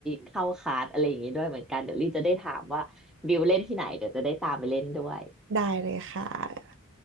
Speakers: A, in the centre; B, on the right (about 55°).
A: เข้าคลาสอะไรอย่างงี้ด้วยเหมือนกันเดี๋ยวลี่จะได้ถามว่าบิวเล่นที่ไหนเดี๋ยวจะได้ตามไปเล่นด้วย
B: ได้เลยค่ะ